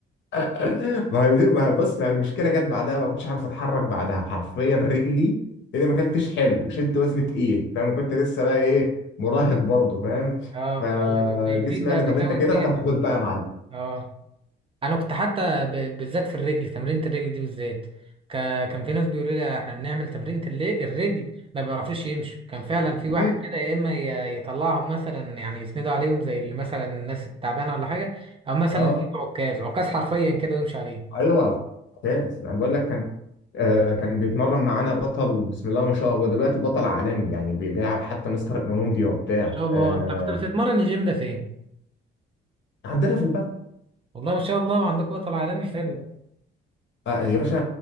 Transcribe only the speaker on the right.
اه
فاللي بيزيد ده
بيزود
فيك
اه انا كنت حتى ب- بالذات في الرجل تمرينة الرجل دي بالذات ك- كان في ناس بيقولوا لي احنا بنعمل تمرينة اللي- الرجل ما بيعرفوش يمشوا كان فعلا في واحد
كده يا اما ي- يطلعهم مثلا يعني يسندوا عليهم زي اللي مثلا الناس التعبانه ولا حاجه او مثلا
يجيب عكاز عكاز حرفيا كده ويمشي عليه
ما شاء الله
انت كنت بتتمرن الجيم ده فين؟
والله ما شاء الله عندكم بطل عالمي حلو ده